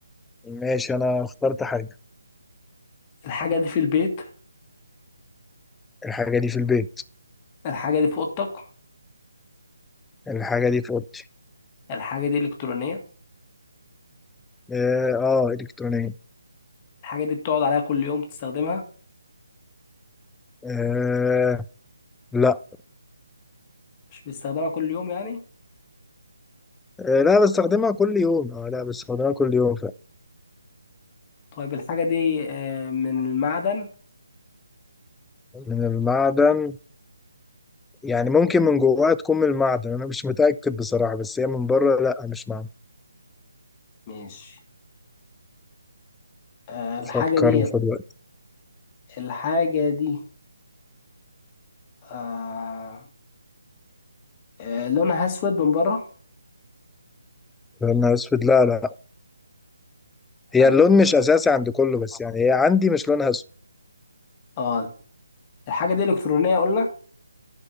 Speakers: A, in the centre; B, on the left.
A: ماشي أنا اخترت حاجة
B: الحاجة دي في البيت
A: الحاجة دي في البيت
B: الحاجة دي في اوضتك
A: الحاجة دي في أوضتي
B: الحاجة دي الكترونية
A: آه, آه إلكترونية
B: الحاجة دي بتقعد عليها كل يوم تستخدمها
A: آه لا
B: مش بيستخدمها كل يوم يعني
A: آه لا بستخدمها كل يوم آه لا بستخدمها كل يوم
B: طيب الحاجة دي آه، من المعدن
A: من المعدن يعني ممكن من جواها تكون من المعدن انا مش متأكد بصراحة بس هي من بره لا مش معدن
B: ماشي آه، الحاجة
A: فكر
B: دي
A: وخد وقت
B: الحاجة دي آه، آه، لونها أسود من بره
A: لونها اسود لا لا
B: حلو
A: هي اللون مش اساسي عند كله بس يعني هي عندي مش لونها اسود
B: اه الحاجة دي إلكترونية قلنا